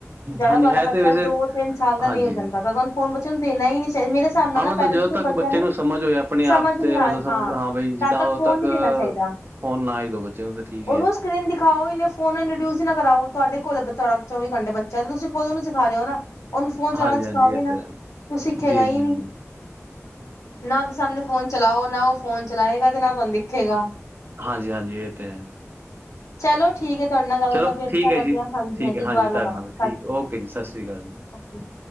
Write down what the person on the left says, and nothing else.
ਜਦ
ਤੁਹਾਡਾ
ਬੱਚਾ
ਦੋ ਤਿੰਨ ਸਾਲ ਦਾ
ਨਹੀ ਹੋ ਜਾਦਾਂ ਤਾ ਤੁਹਾਨੂੰ ਫੋਨ ਬੱਚੇ ਨੂੰ ਦੇਣਾ ਹੀ ਨਹੀ ਚਾਹੀਦਾ ਮੇਰੇ ਹਿਸਾਬ ਨਾਲ
ਨਾ
ਪੇਰੈਂਟਸ
ਨੂੰ
ਬੱਚਿਆਂ
ਸਮਝ
ਨਹੀਂ
ਆ
ਤਦ
ਫੋਨ
ਨਹੀਂ ਦੇਣਾ ਚਾਹੀਦਾ
ਉਹਨੂੰ
ਸਕਰੀਨ ਦਿਖਾਓ ਇਨਾ ਫੋਨ ਇੰਡਿਊਸ ਨਾ ਕਰਾਓ ਤੁਹਾਡੇ ਕੋਲਾ ਚੌਵੀ ਘੰਟੇ ਬੱਚਾ ਤੁਸੀ ਖੁਦ ਉਨੂੰ ਸਖਾ ਰਹੇ ਹੋ ਨਾ ਫੋਨ ਚਲਾਉਣਾ
ਸਿਖਾਉ
ਨਾ, ਤੇ
ਉਹ ਸਿੱਖੇ
ਗਈ
ਨੀ
ਨਾ ਉਹਦੇ ਸਾਹਮਣੇ ਫੋਨ ਚਲਾਓ ਨਾ ਉਹ ਫੋਨ ਚਲਾਏਗਾ ਤੇ ਨਾ ਤੁਹਾਨੂੰ ਦਿਖੇਗਾ
ਚਲੋ ਠੀਕ ਏ ਤੁਹਾਡੇ ਨਾਲ ਗਲ ਕਰਕੇ
ਕਾਫੀ ਅੱਛਾ
ਲੱਗਿਆ
ਹਾਂਜੀ-
ਹਾਂਜੀ
ਦੁਬਾਰਾ
ਲਗਾਵਾਂਗੇ
ਸਤਿ
ਸ਼੍ਰੀ ਅਕਾਲ,
ਓਕੇ